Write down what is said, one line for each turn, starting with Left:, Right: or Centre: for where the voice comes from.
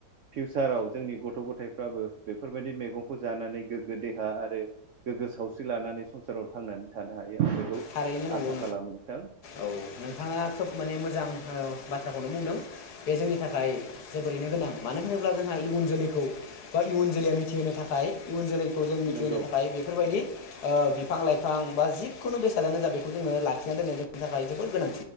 Right: फिउचाराव जोंनि गथ गथायफ्राबो बेफोरबायदि मैगंखौ जानानै गोग्गो देहा आरो गोग्गो सावस्रि लानानै संसाराव थांनानै थानो हायो। दे आं बेखौ
Left: थारैनो नंगौ
Right: आसा खालामो नोंथां।
Left: औ नोंथाङा खोब माने मोजां औ बाथ्राखौनो बुंदों, बे जोंनि थाखाय जोबोरैनो गोनां मानो होनोब्ला? अब्ला जोंहा इयुन जोलैखौ बा इयुन जोलैया मिथिहोनो थाखाय इयुन जोलैखौ जों मिथिहोनो
Right: नंगौ
Left: थाखाय बेफोरबायदि ओ बिफां लाइफां बा जिखुनु बेस खियानो जा बेखौ जोङो लाखिना दोननो जोंनि थाखाय जोबोद गोनां।